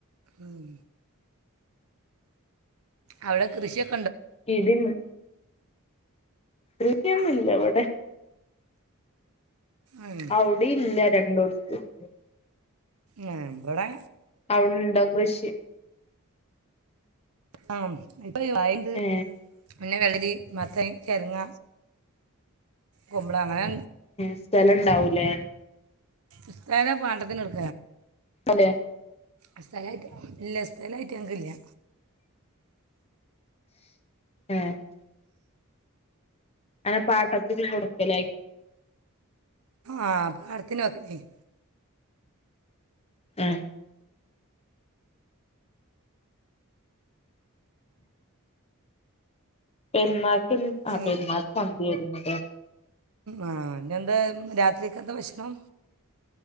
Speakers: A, on the right; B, on the left.
A: ഉം അവിടെ കൃഷിയൊക്
B: ഇടിന്ന് കൃഷിയൊന്നും ഇല്ല ഇവിടെ
A: ഉം.
B: അവിടെ ഇല്ല <unintelligible>
A: ഉം ഇവടെ
B: അവിടുണ്ടോ കൃഷി
A: ആ യി കായിണ്ട്
B: ഏ
A: പിന്നെ വെളളരി മത്തൻ ചെരുങ്ങ കുമ്പളം അങ്ങനെ
B: സ്ഥലം ഇണ്ടാവുല്ലേ
A: ഇത്താ എല്ലാം പാണ്ടത്തിനെട്ടു
B: അതെ
A: അസലായിട്ട് ഇല്ല സ്ഥലായിട്ട് നമ്മക്കില്ല
B: ഉം അങ്ങനെ പാട്ടത്തിൻ കൊടുക്കലായിക്ക
A: ആ പാടത്തിന് <inaudible>
B: ആ പെരുന്നാ
A: പിന്നെ
B: അ പെരുന്നാക്ക് മന്തി ആയിരുന്നുല്ലേ
A: ആ പിന്നെന്താ രാത്രിക്കെ എന്താ വിശണം